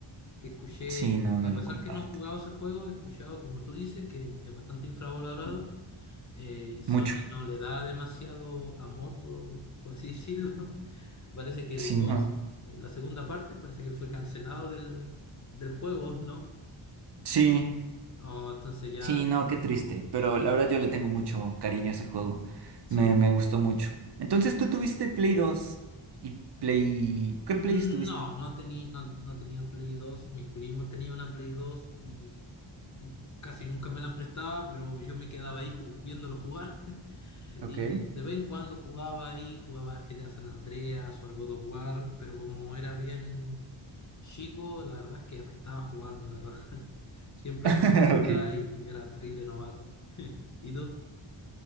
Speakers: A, on the left; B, on the right.
A: que escuché,
B: Sí, no,
A: que
B: no
A: a
B: lo
A: pesar
B: comparte.
A: que no he jugado ese juego, he escuchado, como tú dices, que es bastante infravalorado eh, y Sony
B: Mucho.
A: no le da demasiado amor, por, por así decirlo. <laughs> Parece que el
B: Sí,
A: dos
B: no.
A: eh, la segunda parte, parece que fue cancelado del, del juego, ¿no?
B: Sí.
A: Oh, entonces ya,
B: Sí, no, qué triste. Pero
A: pues,
B: la verdad yo le tengo mucho cariño a ese juego.
A: sí.
B: Me, me gustó mucho. Entonces, tú tuviste Play dos y Play... ¿Qué
A: No,
B: Play tuviste?
A: no tenía, no, no tenía Play dos Mi primo tenía una Play dos y casi nunca me la prestaba, pero yo me quedaba ahí ju- viéndolo jugar. <laughs>
B: Ok.
A: Y de vez en cuando jugaba ahí, jugaba al GTA San Andreas o al God of War, pero como era bien Chico, la verdad es que apestaba jugando, la verdad. <laughs> Siempre
B: <laughs>
A: en brilla
B: Ok.
A: y era terrible novato. <laughs> ¿Y tú?